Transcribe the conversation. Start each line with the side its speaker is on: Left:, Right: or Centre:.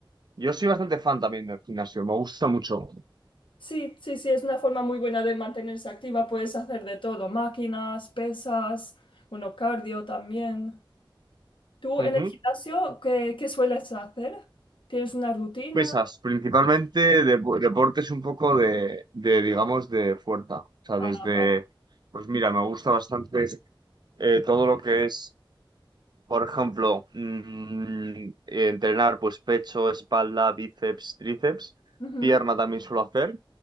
Right: Yo soy bastante fan también del gimnasio, me gusta mucho.
Left: Sí, sí, sí, es una forma muy buena de mantenerse activa. Puedes hacer de todo, máquinas, pesas, uno cardio también. ¿Tú
Right: Ujú.
Left: en el gimnasio qué, qué sueles hacer? ¿Tienes una rutina?
Right: Pesas, principalmente depo- deportes un poco de, de, digamos, de fuerza. O sea,
Left: Ah,
Right: desde,
Left: vale.
Right: pues mira, me gusta bastante eh, todo lo que es, por ejemplo, mm, entrenar pues pecho, espalda, bíceps, tríceps.
Left: Ujú,
Right: Pierna también suelo hacer.